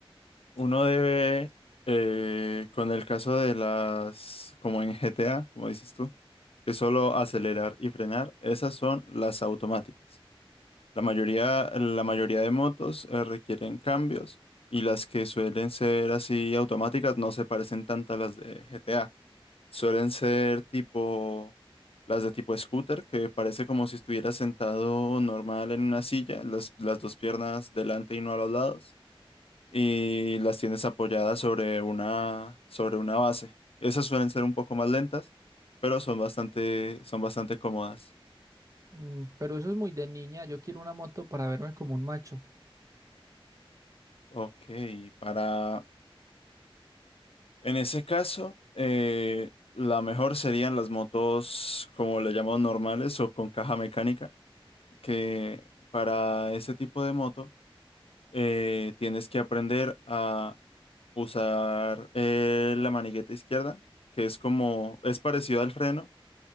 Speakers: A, on the left (about 80°); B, on the right (about 35°).
A: uno debe, eh, con el caso de las, como en GTA, como dices tú, que solo acelerar y frenar, esas son las automáticas. La mayoría, la mayoría de motos, eh, requieren cambios y las que suelen ser así automáticas no se parecen tanto a las de GTA. Suelen ser tipo las de tipo scooter, que parece como si estuviera sentado normal en una silla, las, las dos piernas delante y no a los lados, y las tienes apoyadas sobre una, sobre una base. Esas suelen ser un poco más lentas, pero son bastante, son bastante cómodas.
B: Mm, pero eso es muy de niña. Yo quiero una moto para verme como un macho.
A: Ok, para... En ese caso, eh, la mejor serían las motos, como le llamamos normales o con caja mecánica, que para ese tipo de moto eh, tienes que aprender a usar eh, la manigueta izquierda, que es como, es parecido al freno